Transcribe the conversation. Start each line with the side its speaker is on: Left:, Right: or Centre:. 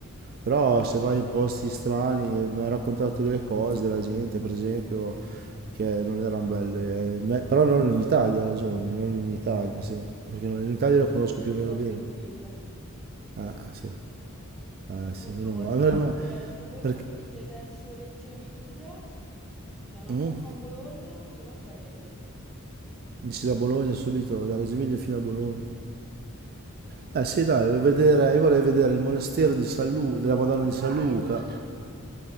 Right: Però se vai in posti strani, eh, mi hai raccontato delle cose della gente, per esempio, che non erano belle. eh, me- Però non in Italia, hai ragione, non in Italia, sì. Perché non- in Italia la
Centre: L'Italia
Right: conosco più
Centre: è ancora
Right: o meno bene.
Centre: tranquilla.
Right: Ah, sì, ah, sì,
Centre: Allora,
Right: meno male.
Centre: io
Right: Eh, ma-
Centre: direi se voi
Right: Perché...
Centre: partite verso Reggio Emilia, è una
Right: mm?
Centre: tappa a Bologna, io la farei.
Right: Dici da Bologna subito, da Reggio Emilia fino a Bologna. Eh sì, dai, voglio vedere- io vorrei vedere il monastero di San Lu- della Madonna di San Luca. Ah,